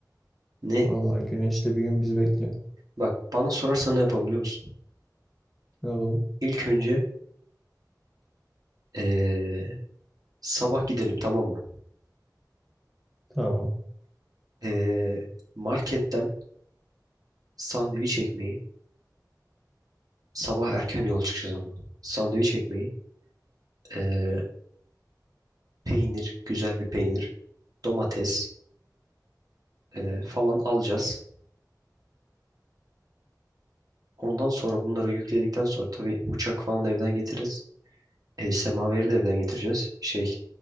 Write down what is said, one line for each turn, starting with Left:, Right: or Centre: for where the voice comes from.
Right: Ne?
Centre: Vallahi güneşli bir gün bizi bekliyor.
Right: Bak bana sorarsan ne yapalım biliyor musun?
Centre: Ne yapalım?
Right: İlk önce eee, sabah gidelim tamam mı?
Centre: Tamam.
Right: Eee, marketten sandviç ekmeği sabah erken yola çıkacağız ama. Sandviç ekmeği eee, peynir güzel bir peynir domates eee, falan alacağız. Ondan sonra bunları yükledikten sonra tabii bıçak falan da evden getiririz. Eee, semaveri de evden getireceğiz. Şey